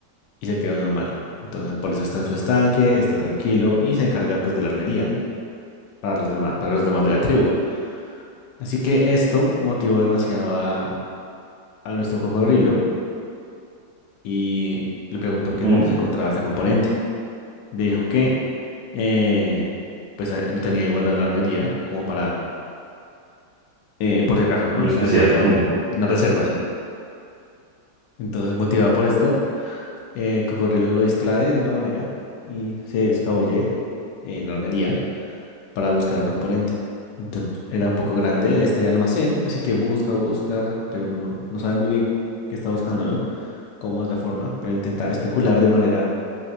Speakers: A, on the left (about 80°); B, on the right (about 75°).
A: y se quedó normal, entonces por eso está en su estanque, está tranquilo y se encarga pues de la armería para los demás, para los demás de la tribu. Así que esto motivó demasiado a, a nuestro cocodrilo y le preguntó
B: ujú,
A: que dónde se encontraba este componente. Le dijo que eh, pues eh, lo tenía ahí guardado en la armería, como para, eh, por si acaso, ¿no?
B: Muy especial.
A: También guardado
B: Mm,
A: una reserva, sí. Entonces, motivada por esto, eh, Cocodrilo lo distrae de una manera y se escabulle en la armería para buscar el componente. Entonces, era un poco grande este almacén, así que busca, busca, pero no, no sabe muy bien qué está buscando, ¿no? Cómo es la forma, pero intenta especular de manera